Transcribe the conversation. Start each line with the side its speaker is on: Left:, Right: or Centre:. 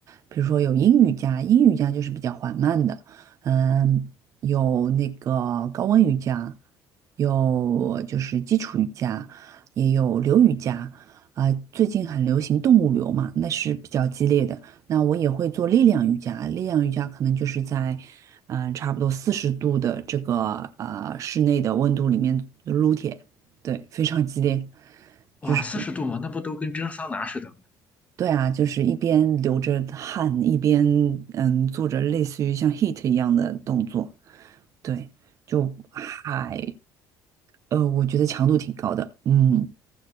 Right: 比如说有阴瑜伽，阴瑜伽就是比较缓慢的，嗯，有那个高温瑜伽，有就是基础瑜伽，也有流瑜伽，啊、最近很流行动物流嘛，那是比较激烈的。那我也会做力量瑜伽，力量瑜伽可能就是在，嗯、差不多四十度的这个呃室内的温度里面撸铁。对，非常激烈，
Left: <laughs> 哇，
Right: 就是
Left: 四十度嘛，那不都跟蒸桑拿似的吗
Right: 对啊，就是一边流着汗，一边嗯做着类似于像 h i a t 一样的动作，对，就还呃，我觉得强度挺高的，嗯，